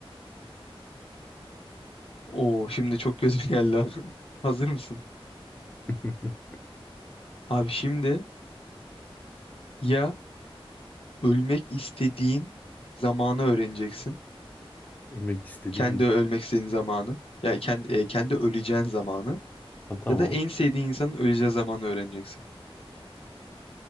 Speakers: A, on the left; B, on the left.
A: Oo şimdi çok gözüme geldi. ha. <laughs> Hazır mısın?
B: <laughs>
A: Abi şimdi ya ölmek istediğin zamanı öğreneceksin.
B: Ölmek istediğim
A: Kendi
B: mi?
A: ölmek istediğin zamanı. Ya kendi, e, kendi öleceğin zamanı.
B: Ha, tamam.
A: Ya da en sevdiğin insanın öleceği zamanı öğreneceksin.